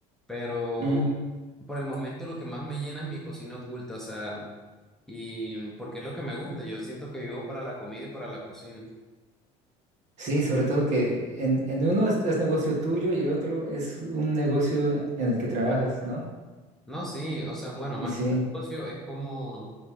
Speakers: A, in the centre; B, on the right.
A: pero
B: mm.
A: por el momento lo que más me llena es mi cocina oculta, o sea, y porque es lo que me gusta, yo siento que vivo para la comida y para la cocina.
B: Sí, sobre todo que en, en uno es, es negocio tuyo y el otro es un negocio en el que trabajas, ¿no?
A: No, sí, o sea, bueno,
B: Y
A: más
B: sí.
A: que un negocio es como